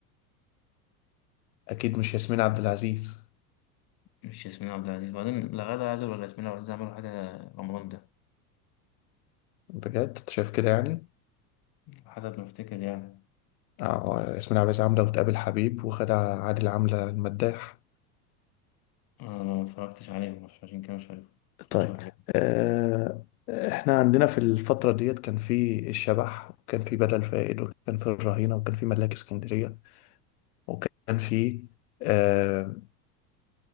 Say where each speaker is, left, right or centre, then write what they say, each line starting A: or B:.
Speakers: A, on the left (about 70°); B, on the left (about 50°).
A: اكيد مش ياسمين عبد العزيز
B: مش ياسمين عبد العزيز وبعدين لا غادة عادل ولا ياسمين عبد العزيز عملوا حاجة رمضان ده
A: بجد انت شايف كده يعني
B: حسب ما أفتكر يعني
A: اه ياسمين عبد العزيز عامله وتقابل حبيب وخدع عادل عامله المداح
B: آه، أنا ما اتفرجتش عليهم عشان كده مش عارف متفرجش
A: طيب
B: على حاجة.
A: آه، احنا عندنا في الفترة ديت كان في الشبح وكان في بدل فائد وكان في الرهينه وكان في ملاك اسكندريه وكان في آه